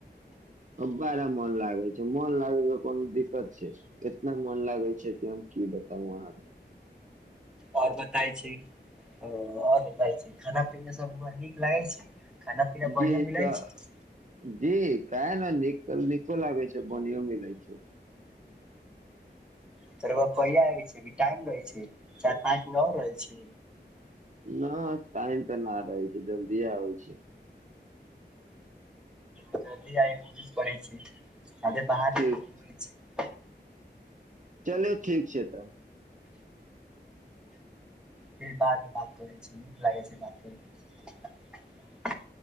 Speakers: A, on the right; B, in the centre.
A: त बारा मन लागे छै मन लागे के कोनो दिक्कत छै एतना मन लागे छै कि हम की बताउ आहाके
B: ओर बताय छै आओर बताई छै खाना पीना सब हमरा नीक लागे छै खाना पीना
A: जी
B: बढ़िया मिलै
A: तऽ
B: छै
A: जी कने नीक नीको लागै छै बनियो मिलै छै
B: त रोआ कहियै छै आबे छै की अभी टाइम रहै छै चारि पाँच दिन और रहै छै
A: न टाइम तऽ न रहै छै जलदिये आबे छियै
B: जल्दी आ जाय के कोशिश करै छीे आ जे बाहर
A: ठीक
B: लोक रहै छै
A: चलू ठीक छै तब
B: फिर बाद मे करे छि नीक लागै छै बात करे म